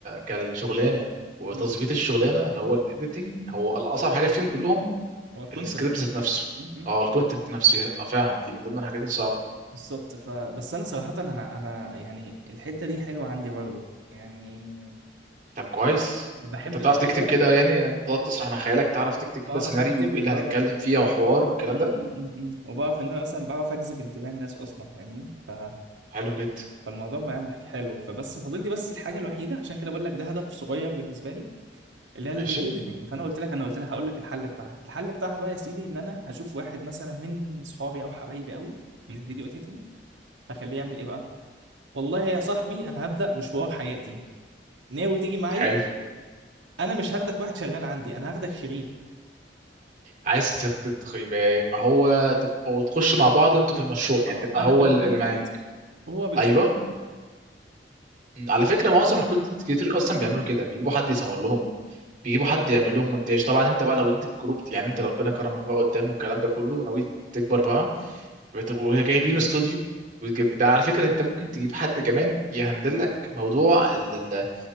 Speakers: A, on the right (about 45°); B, on the right (about 85°).
A: كالشغلانه وتظبيط
B: م- م.
A: الشغلانه اللي هو الايديتنج هو الاصعب حاجه فيهم كلهم
B: هو الكونتنت
A: السكريبت
B: أصلاً.
A: ذات نفسه
B: م- م.
A: اه الكونتنت نفسه اه فعلا دي من ضمن الحاجات الصعبه
B: بالظبط فبس انا صراحة انا انا يعني الحتة دي حلوة عندي برضه يعني
A: طب كويس
B: بحب
A: انت بتعرف
B: يعني
A: تكتب
B: فاهم
A: كده يعني لما تقعد تسرح مع خيالك تعرف تكتب كده
B: بعرف
A: سيناريو
B: اكتب
A: وايه
B: وبعرف
A: اللي هتتكلم فيه وحوار
B: م- م-
A: والكلام
B: م-
A: ده
B: م- م. وبعرف ان انا مثلا بعرف اجذب انتباه الناس اصلا فاهمني ف...
A: حلو جدا
B: فالموضوع بقى حكي حلو فبس فاضل لي بس الحاجه الوحيده عشان كده بقول لك ده هدف صغير بالنسبه لي اللي هي
A: ماشي
B: الفيديو اديتنج فانا قلت لك انا قلت لك هقول لك الحل بتاعها الحل بتاعها بقى يا سيدي ان انا هشوف واحد مثلا من اصحابي او حبايبي قوي من الفيديو اديتنج هخليه يعمل ايه بقى والله يا صاحبي انا هبدا مشوار حياتي ناوي تيجي معايا
A: حلو
B: انا مش هاخدك واحد شغال عندي انا هاخدك شريك
A: عايز تت- تت- يبقى يبقى هو تبقى وتخش مع بعض انتوا في المشروع يعني
B: اه
A: تبقى
B: انا
A: هو
B: بالكونتنت
A: اللي معاك
B: وهو بالايديت
A: ايوه مم. على فكره معظم الكونتنت كريتور اصلا بيعملوا كده بيجيبوا حد يصور لهم بيجيبوا حد يعمل لهم مونتاج طبعا انت بقى لو انت الجروب يعني انت ربنا كرمك بقى قدامه والكلام ده كله ناوي تكبر بقى بتبقوا جايبين استوديو وتجيب- ده على فكره انت ممكن تجيب حد كمان يهندل لك موضوع ال... ال-